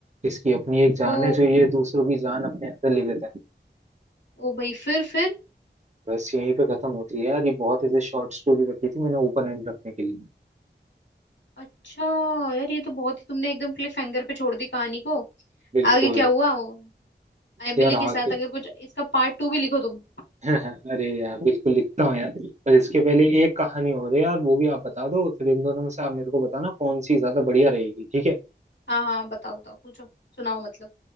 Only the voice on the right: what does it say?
इसकी अपनी एक जान
है जो ये दूसरों की जान अपने अंदर ले लेता है
बस यहीं पे खत्म होती है यार ये बहुत ऐसे शॉर्ट स्टोरी रखी थी मैंने ओपन एंड रखने के लिए
बिल्कुल
यार आगे
<laughs> अरे यार बिल्कुल लिखता हूँ यार पर इसके पहले एक कहानी और है यार वो भी आप बता दो फिर इन दोनों में से आप मेरे को बताना कौन सी ज्यादा बढ़िया रहेगी ठीक है